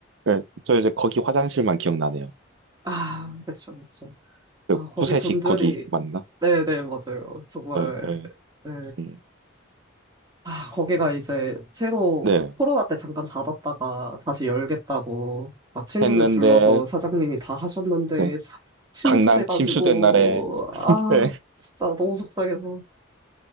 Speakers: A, on the right; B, on the right.
A: 예, 저 이제 거기 화장실만 기억나네요.
B: 아 그쵸 그쵸
A: 그
B: 아 거기
A: 푸세식
B: 분들이
A: 거기 맞나?
B: 네네 맞아요 정말
A: 예, 예,
B: 네.
A: 음,
B: 아, 거기가 이제 새로
A: 네.
B: 코로나 때 잠깐 닫았다가 다시 열겠다고 막 친구들
A: 했는데,
B: 불러서 사장님이 다 하셨는데
A: 예,
B: 참 침수돼가지고
A: 강남 침수된 날에,
B: 아
A: 예,
B: 진짜 너무 속상해서